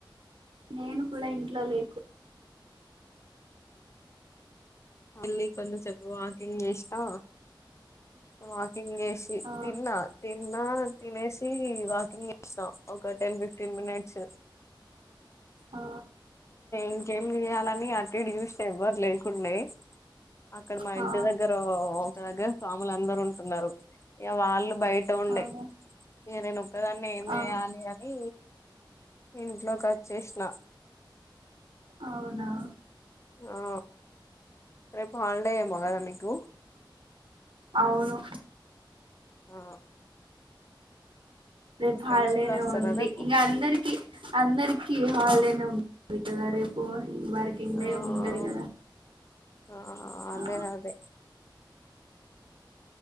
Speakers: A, on the right (about 80°); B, on the left (about 35°).
A: నేను కూడా ఇంట్లో లేకు
B: మళ్ళీ కొంతసేపు వాకింగ్ చేసినా వాకింగ్ చేసి
A: ఆ
B: తిన్నా తిన్నా తినేసి వాకింగ్ చేస్తాం ఒక టెన్ ఫిఫ్టీన్ మినిట్స్
A: ఆ
B: ఇంకేం చేయాలని అటు చూస్తే ఎవ్వరు లేకుండే అక్కడ మా
A: ఆ
B: ఇంటి దగ్గర ఒక దగ్గర స్వాములు అందరు ఉంటున్నారు ఇక వాళ్ళు బయట ఉండే
A: అవునా
B: ఇక నేను ఒక్కదాన్ని ఏం
A: ఆ
B: చేయాలి అని ఇంట్లోకి వచ్చేసిన
A: అవునా
B: ఆ రేపు హాలిడే ఏమో కదా మీకు
A: అవును
B: ఆ
A: రేపు
B: ఫ్రెండ్స్
A: హాడేనే
B: కూడా వస్తారా
A: ఉంది
B: రేపు
A: ఇంకా అందరికి అందరికి హాల్డేనే రేపు వర్కింగ్ డే
B: ఆఓ
A: ఉండదు కదా
B: ఆ అదే
A: ఆ
B: అదే